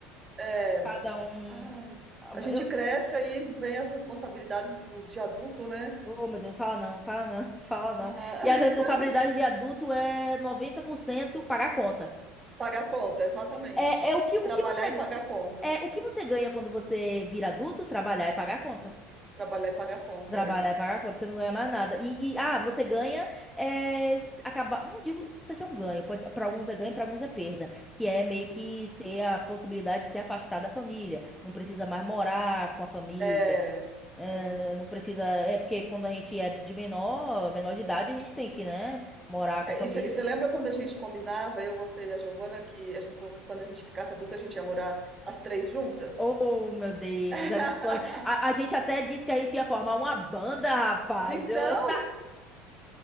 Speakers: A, on the right; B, in the centre.
A: É.
B: Cada um.
A: Ai,
B: ah,
A: a gente
B: Eu,
A: cresce aí vem as responsabilidades do, de adulto, né?
B: oh, meu Deus, fala não, fala não, <laughs> fala não.
A: Ah,
B: E
A: <laughs>
B: as responsabilidades de adulto é 90% pagar conta.
A: pagar conta, exatamente.
B: É, é o que, o
A: Trabalhar
B: que você,
A: e pagar conta.
B: é o que você ganha quando você vira adulto? Trabalhar e pagar conta.
A: Trabalhar e pagar conta,
B: Trabalhar
A: é.
B: é pagar a conta, você não ganha mais nada. E, e, ah, você ganha é, acabar. Não digo, não sei se é um ganho. Pode, para alguns é ganho, para alguns é perda. Que é meio que ter a possibilidade de se afastar da família. Não precisa mais morar com a família.
A: É,
B: é,
A: é.
B: não precisa. É porque quando a gente é de menor, menor de idade, a gente tem que, né, morar com
A: É,
B: a família.
A: E você lembra quando a gente combinava, eu, você e a Giovana, que a gente falou que quando a gente ficasse adulta a gente ia morar as três juntas?
B: Oh, meu Deus,
A: <laughs>
B: era um sonho. A, a gente até disse que a gente ia formar uma banda, rapaz.
A: Então,
B: Eu, <laughs> eu